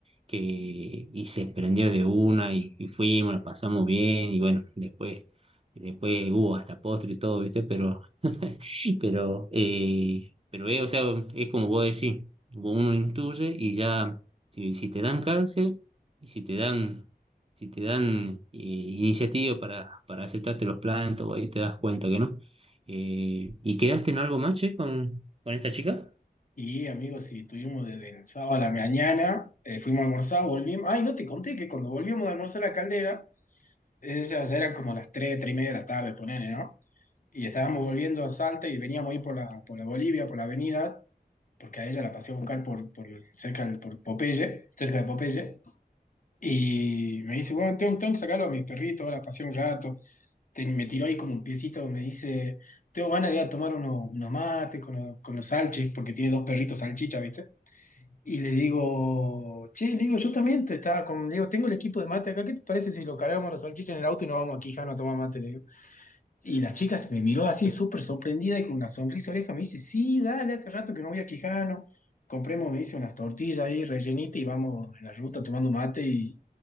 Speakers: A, on the right (about 35°); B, on the left (about 55°).
A: que y se prendió de una y, y fuimos, la pasamos bien y bueno, después, después hubo hasta postre y todo, ¿viste? Pero <laughs> Pero, eh, pero eh, o sea, es como vos decís, uno intuye y ya, si, si te dan cáncer, y si te dan, si te dan eh, iniciativa para, para aceptarte los planes, todo ahí te das cuenta que no. Eh, ¿y quedaste en algo más, che, con, con esta chica?
B: Y amigos, si tuvimos desde el sábado a la mañana, eh, fuimos a almorzar, volvimos. Ay, no te conté que cuando volvíamos de almorzar a la caldera, eh, ya, ya eran como las tres, tres y media de la tarde, ponele, ¿no? Y estábamos volviendo a Salta y veníamos ahí por la, por la Bolivia, por la avenida, porque a ella la pasé a buscar por, por cerca de, por Popeye, cerca de Popeye. Y me dice, bueno, tengo, tengo que sacarlo a mis perritos, ahora pasé un rato. te- me tiró ahí como un piecito, me dice, tengo ganas de ir a tomar uno- unos mates con, los- con los salchis, porque tiene dos perritos salchicha, ¿viste? Y le digo, che, le digo, yo también te estaba con, le digo, tengo el equipo de mate acá, ¿qué te parece si lo cargamos los salchichas en el auto y nos vamos aquí, Jano, a tomar mate? Le digo. Y la chica se me miró así súper sorprendida y con una sonrisa oreja me dice, sí, dale, hace rato que no voy a Quijano. Compremos, me dice, unas tortillas ahí rellenitas y vamos en la ruta tomando mate y,